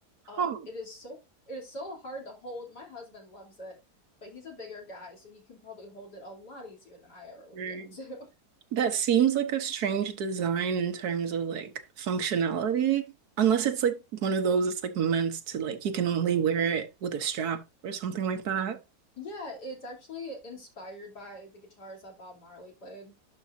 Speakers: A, on the left (about 80°); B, on the right (about 70°).
A: Um,
B: Oh,
A: it is so it is so hard to hold. My husband loves it, but he's a bigger guy, so he can probably hold it a lot easier than I ever would
B: okay.
A: be able to. <laughs>
B: That seems like a strange design in terms of like functionality, unless it's like one of those It's like meant to like you can only wear it with a strap or something like that.
A: Yeah, it's actually inspired by the guitars that Bob Marley played.